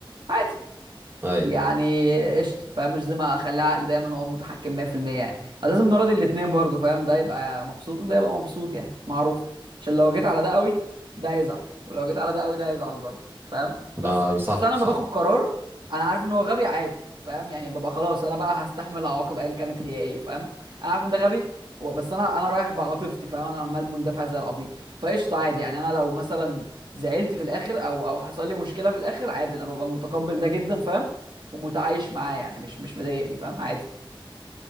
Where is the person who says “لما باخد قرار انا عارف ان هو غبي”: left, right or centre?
Right